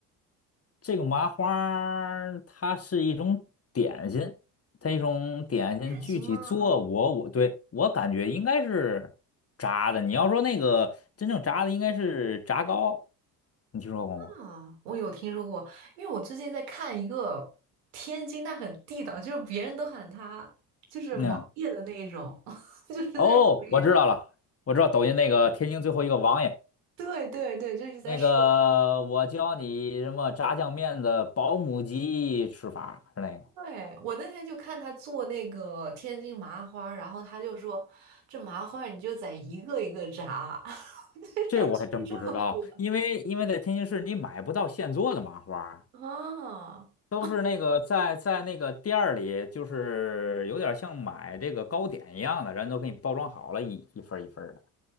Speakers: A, on the left; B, on the right.
A: 这个麻花儿它是一种点心，它一种点心，具体做我我对我感觉应该是炸的。
B: 点心吗？
A: 你要说那个真正炸的，应该是炸糕，你听说过吗？
B: 啊，我有听说过，因为我最近在看一个天津，它很地道，就是别人都喊它就是网页的那一种，
A: 嗯，
B: <laughs> 就是在抖音上。
A: 哦，我知道了，我知道抖音那个天津最后一个王爷，
B: 对对对，就是在说。
A: 那个我教你什么炸酱面的保姆级吃法是那个，
B: 对，我那天就看他做那个天津麻花儿，然后他就说这麻花儿你就在一个一个炸，<laughs>
A: 这我还真不知道，
B: 要吃热乎的
A: 因为因为在天津市你买不到现做的麻花。
B: 啊。<laughs>
A: 都是那个在在那个店儿里，就是有点像买这个糕点一样的，人都给你包装好了，一一份儿一份儿的。